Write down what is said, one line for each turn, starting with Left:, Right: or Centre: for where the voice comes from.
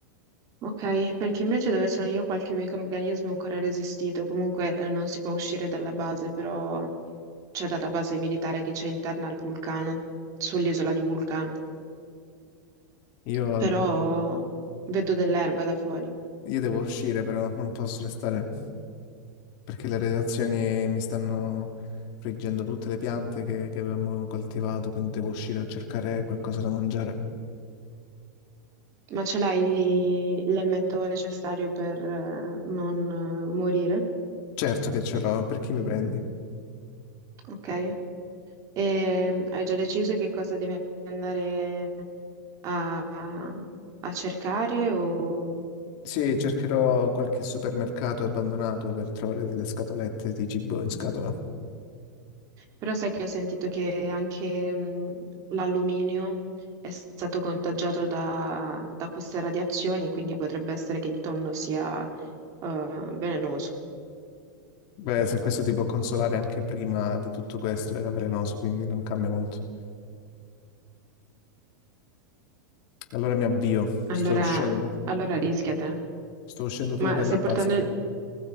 Right: Ok, perché invece dove sono io qualche microrganismo è ancora resistito. Comunque eh, non si può uscire dalla base, però c'è dalla base militare che c'è interna al vulcano, sull'isola di Vulcano.
Left: Io,
Right: Però vedo dell'erba da fuori.
Left: io devo uscire però, non posso restare. perché le redazioni mi stanno friggendo tutte le piante che, che avevamo coltivato, quindi devo uscire a cercare qualcosa da mangiare.
Right: Ma ce l'hai l'elmetto necessario per eh, non eh, morire,
Left: Certo che ce l'ho, per chi mi prendi?
Right: ok? E mm, hai già deciso che cosa devi andare a, a cercare? O...
Left: Sì, cercherò qualche supermercato abbandonato per trovare delle scatolette di cibo in scatola.
Right: Però sai che ho sentito che anche mm, l'alluminio è stato contagiato da, da queste radiazioni, quindi potrebbe essere che il tonno sia eh, velenoso.
Left: Beh, se questo ti può consolare anche prima di tutto questo era velenoso, quindi non cambia molto. Allora mi avvio,
Right: Allora,
Left: sto uscendo,
Right: allora rischiate.
Left: sto uscendo fuori
Right: Ma
Left: dalla
Right: stai
Left: base.
Right: portando... il-